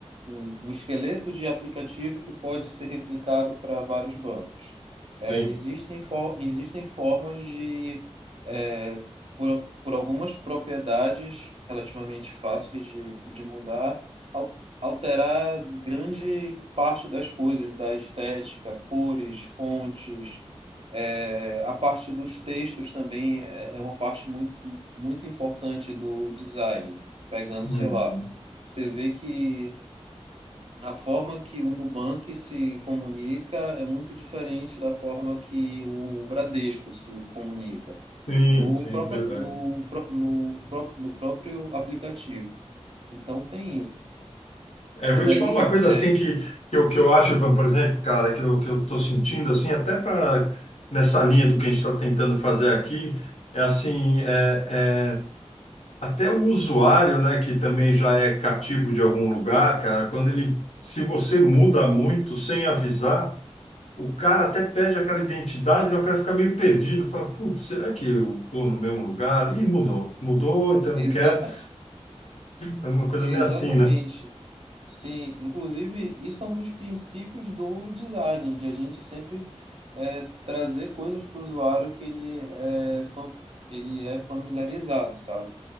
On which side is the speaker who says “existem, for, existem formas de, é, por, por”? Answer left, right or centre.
Right